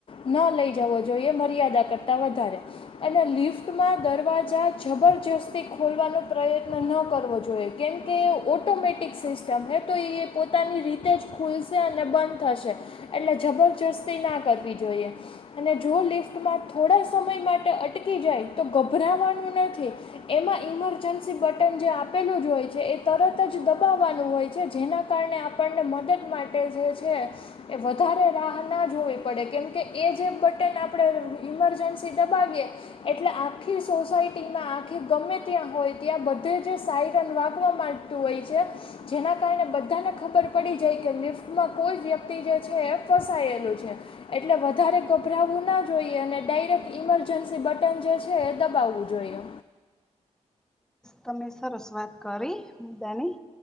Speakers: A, on the left; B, in the centre.
A: ન લઈ જવો જોઈએ મર્યાદા કરતા વધારે અને લિફ્ટમાં દરવાજા જબર જસ્તી ખોલવાનો પ્રયત્ન ન કરવો જોઈએ કેમ કે ઓટોમેટિક સિસ્ટમ હે તો ઇ એ પોતાની રીતે જ ખુલશે અને બંધ થશે એટલે જબરજસ્તી ના કરવી જોઈએ અને જો લિફ્ટ થોડા સમય માટે અટકી જાય તો ગભરાવાનું નથી એમાં ઈમરજન્સી બટન જે આપેલું જ હોય છે એ તરત જ દબાવવાનું હોય છે જેના કારણે આપણને મદદ માટે છે એ વધારે રાહ ના જોવી પડે કેમકે એ જે બટન આપણે ઇમરજન્સી દબાવીએ એટલે આખીર સોસાયટીમાં આખી ગમે ત્યાં હોય ત્યાં બ બધે જ સાયરન વાગવા માંગતું હોય છે જેના કારણે બધાને ખબર પડી. જાય કે લિફ્ટમાં કોઈ વ્યક્તિ જે છે એ ફસાયેલું છે એટલે વધારે ગભરાવું ના જોઈએ અને ડાયરેક્ટ ઇમરજન્સી બટન જે છે એ દબાવવું જોઈએ.
B: તમે સરસ વાત કરી મુદ્દાની